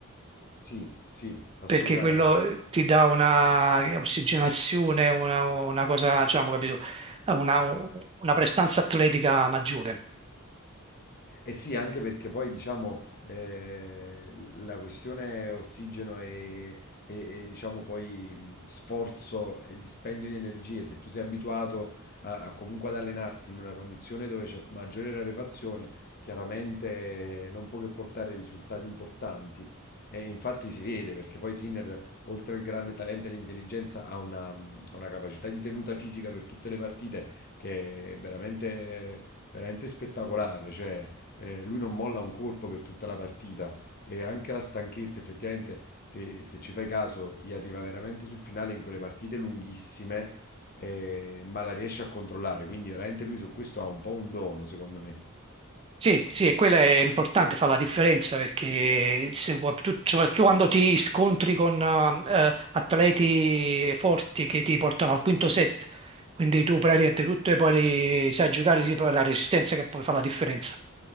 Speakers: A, on the left (about 45°); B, on the right (about 25°).
A: Sì, sì, assolutamente.
B: perché quello eh, ti dà una ossigenazione, una, una cosa, diciamo, capito, una, una prestanza atletica maggiore.
A: Eh sì, anche perché poi diciamo eh, la questione ossigeno e, e- e, diciamo poi mh, sforzo e dispendio di energie, se tu sei abituato a, a comunque ad allenarti in una condizione dove c'è maggiore rarefazione, chiaramente eh, non può che portare risultati importanti. E infatti si vede perché poi Sinner, oltre al grande talento e l'intelligenza, ha una, mh, ha una capacità di tenuta fisica per tutte le partite che è veramente, veramente spettacolare. Cioè, eh, lui non molla un colpo per tutta la partita e anche la stanchezza, effettivamente, se, se ci fai caso, gli arriva veramente sul finale in quelle partite lunghissime, eh, ma la riesce a controllare. Quindi veramente lui su questo ha un po' un dono, secondo me.
B: Sì, sì, e quella è importante, fa la differenza perché se, pu- tu, soprattutto quando ti scontri con eh, atleti forti che ti portano al quinto set, quindi tu praticamente tutto e poi li- sai giocare, sì, però è la resistenza che poi fa la differenza.